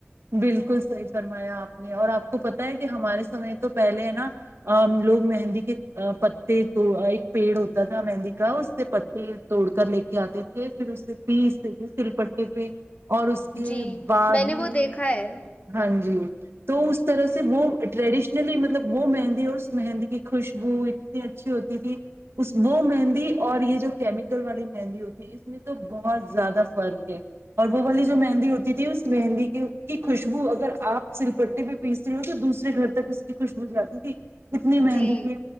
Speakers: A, on the right; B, on the left.
A: بالکل صحیح فرمایا آپ نے اور آپ کو پتا ہے کہ ہمارے سمے تو پہلے ہے نا لوگ مہندی کے پتے تو ایک پیڑ ہوتا تھا مہندی کا اس سے پتے توڑ کر لے کے آتے تھے پھر اس سے پیستے تھے سل پے پہ اور اس کے
B: جی
A: بعد
B: نے
A: میں
B: وہ دیکھا ہے
A: ہاں جی تو اس اس طرح سے وہ ٹریڈیشنلی مطلب وہ مہندی اور اس مہندی کی خوشبو اتنی اچھی ہوتی تھی اس وہ مہندی اور یہ جو کیمیکل والی مہندی ہوتی ہے اس میں تو بہت زیادہ فرق ہے اور وہ والی جو مہندی ہوتی تھی اس مہندی کی کی خوشبو اگر آپ سل پٹے پہ پیستے ہو تو دوسرے گھر تک اس کی خوشبو جاتی تھی کتنی
B: جی،
A: مہندی کی